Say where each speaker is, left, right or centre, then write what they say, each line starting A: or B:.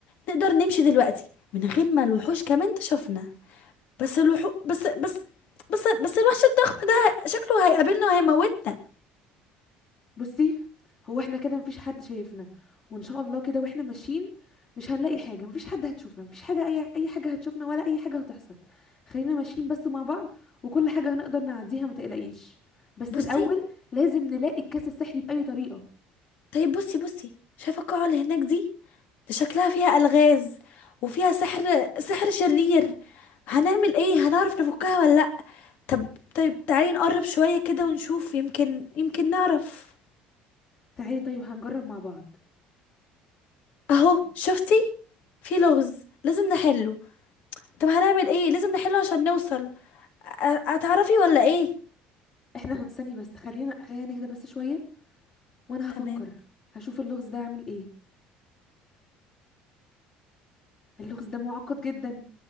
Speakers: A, on the left; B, on the left.
A: نقدر نمشي دلوقتي من غير ما الوحوش كمان تشوفنا بس الوحو بس بس بس بس الوحش الضخم ده شكله هيقابلنا وهيموتنا
B: بصي هو احنا كده مفيش حد شايفنا وإن شاء الله كده واحنا ماشيين مش هنلاقي حاجة مفيش حد هتشوفنا مفيش حاجة أي أي حاجة هتشوفنا ولا أي حاجة هتحصل خلينا ماشيين بس مع بعض وكل حاجة هنقدر نعديها ما تقلقيش بس
A: بصي
B: الأول لازم نلاقي الكاس السحري بأي طريقة
A: طيب بصي بصي شايفه القاعه اللي هناك دي ده شكلها فيها الغاز وفيها سحر سحر شرير هنعمل ايه هنعرف نفكها ولا لا طب طيب تعالي نقرب شويه كده ونشوف يمكن يمكن نعرف
B: تعالي طيب هنجرب مع بعض
A: اهو شفتي في لغز لازم نحله طب هنعمل ايه لازم نحله عشان نوصل أ- هتعرفي ولا ايه
B: احنا <laughs> هنستني بس خلينا خلينا نهدى بس شوية وانا
A: تمام
B: هفكر هشوف اللغز ده اعمل ايه اللغز ده معقد جدا